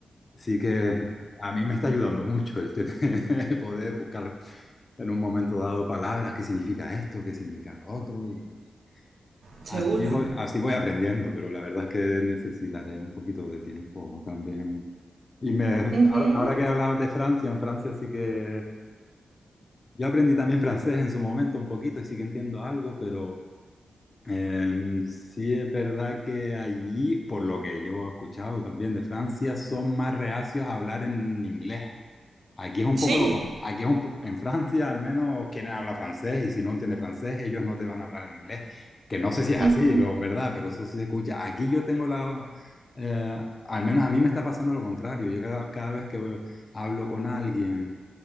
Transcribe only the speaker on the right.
Seguro.
Ujú.
Sí.
Ujú.